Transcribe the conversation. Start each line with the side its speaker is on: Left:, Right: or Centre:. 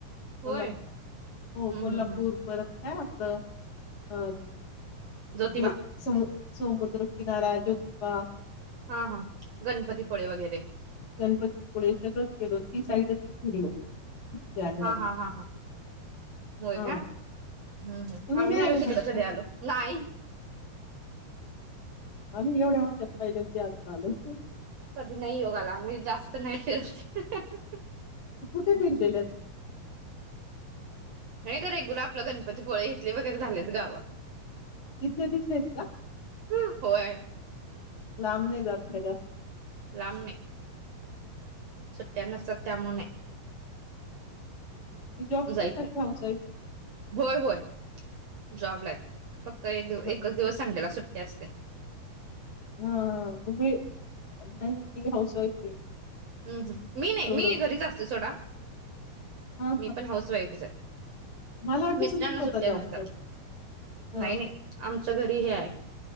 Left: कोल्हापूर.
Right: होय
Left: हो
Right: हम्म
Left: कोल्हापूर
Right: हम्म हम्म
Left: परत काय आपलं अ
Right: ज्योतिबा
Left: हे सम समुद्र किनारा ज्योतिबा
Right: हा हा गणपति फळे वगैरे
Left: गणपतिपुळे सगळंच केल ती साईडच फिरलो जानेवारी
Right: हा हा हा हा होय
Left: हा
Right: काय? हंम्म
Left: तुम्ही
Right: आम्ही
Left: नाही
Right: नाय
Left: आले
Right: ओ
Left: नाही
Right: सध्या
Left: का
Right: तिकड
Left: त्या दिवशी?
Right: आलो नाय
Left: आम्ही एवढ्या वर्षात पहिल्यांदा आत्ता आलो हां
Right: कधी नाय योग आला मी जास्त नाय फिरत <unintelligible>
Left: कुठे फिरलेल्यात
Right: हे घर आपलं गणपतिपुळे इथले वगैरे झालेत गाव.
Left: तिथले तिथले आहेत का?
Right: हंम्म होय
Left: लांब नाही जात का जास्त?
Right: लांब नाय सुट्टया नसतात त्यामुळं नाही.
Left: तुम्ही जॉब
Right: हो जाईल
Left: करतात
Right: ना
Left: का हाऊस वाईफ?
Right: होय, होय. जॉबला हायत फत्क एक
Left: हा
Right: एकच दिवस संडेला सु जास्त आहे
Left: हम्म तुम्ही त्यांची हाऊस वाईफ आहे.
Right: हम्म हम्म मी नाही
Left: सोड
Right: मी घरीच असते सोडा
Left: हम्म
Right: मी पण हाऊसवाईफच आहे.
Left: मला वाटलं
Right: मिस्टरांना
Left: तुम्ही स्वतः
Right: सुट्ट्या
Left: जॉब
Right: नसतात
Left: करता. हा
Right: नाही नाही आमच्या घरी हे आहे.